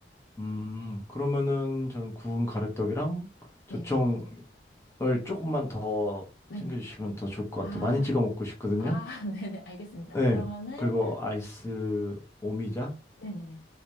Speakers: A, on the left; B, on the left.
A: 음, 그러면은 저는 구운 가래떡이랑 조청을
B: 네.
A: 조금만 더
B: 네네.
A: 챙겨주시면 더 좋을 것
B: 아,
A: 같아요. 많이 찍어 먹고 싶거든요.
B: 아, <laughs> 네네. 알겠습니다.
A: 네.
B: 그러면은
A: 그리고 아이스 오미자?
B: 네네네.